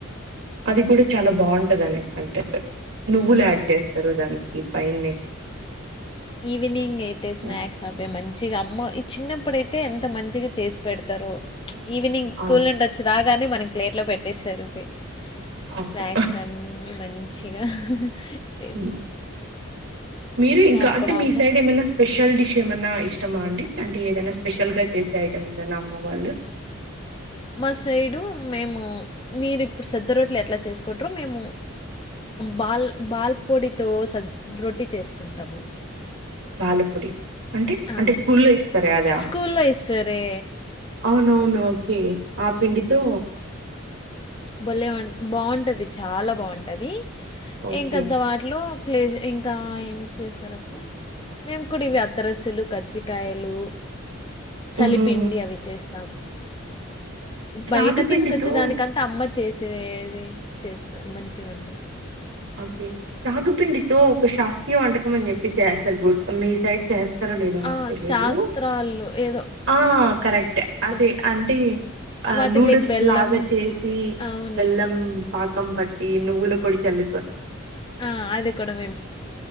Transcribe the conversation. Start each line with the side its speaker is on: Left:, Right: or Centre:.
Right: అది కూడా చాలా బాగుంటది అనేది అంటే నువ్వులు యాడ్ చేస్తారు దానికి పైన్నే
Left: ఈవినింగ్ అయితే స్నాక్స్
Right: హ్మ్.
Left: అవే మంచిగా అమ్మ చిన్నప్పుడైతే ఎంత మంచిగా చేసి పెడతారు ఈవినింగ్ స్కూల్
Right: అవును
Left: నుండి వచ్చే దా గానే మనకి ప్లేట్ లో పెట్టేస్తారుకే
Right: అవును.
Left: స్నాక్స్ అన్ని మం చిగా చేసి
Right: హ్మ్. మీరు ఇంకా
Left: నాకు
Right: అంటే
Left: కూడా
Right: మీ
Left: అమ్మ
Right: సైడ్ ఏమైన్నా స్పెషల్ డిష్ ఏమైన్నా ఇష్ ఇష్టమా
Left: చే-
Right: అండి అంటే ఏదైనా స్పెషల్ గా చేసే ఐటం ఏదన్నా అమ్మ వాళ్ళు
Left: మా సైడు మేము మీరు ఇప్పుడు సద్ద్ద రోట్లు ఎట్లా చేసుకుట్రో మేము బాల్ బాల్ పొడితో స రొట్టి చేసుకుంటాము
Right: బాలపొడి అంటే
Left: ఆ,
Right: అంటే స్కూల్లో ఇస్తారే అద
Left: స్కూల్లో ఇస్తారే
Right: అవునవును ఓకే ఆ పిండితో
Left: బల్లే ఉన్ బాగుంటది చాలా బాగుంటాది
Right: ఓకే.
Left: ఇంకద్ద వాటిలో క్లే ఇంకా ఏం చేస్తారప్ప మేము కుడ ఇవే అత్తరసులు కజ్జికాయలు చలిపిండి
Right: హుహుహు.
Left: అవి చేస్ బయట
Right: రాగి పిండితో
Left: తీసుకొచ్చే దాని కంటే అమ్మ చేసేది ఏది చేస్త మంచిగుంటుంది
Right: ఓకే రాగుపిండితో ఒక శాస్త్రీయ వంటకం అని చెప్పి చేస్తారు గుడ్ మీ సైడ్ చేస్ సరో లేదో నాకు
Left: ఆ,
Right: తెలిదు
Left: శాస్త్రాలు ఏదో
Right: ఆ కరెక్ట్
Left: చేస్
Right: అదే అంటే ఆ
Left: వాటిలోకి
Right: నూడిల్స్
Left: బెల్లం
Right: లాగా చేసి
Left: అవును
Right: బెల్లం పా కం పట్టి నువ్వుల పొడి చల్
Left: ఆ అది కూడ వే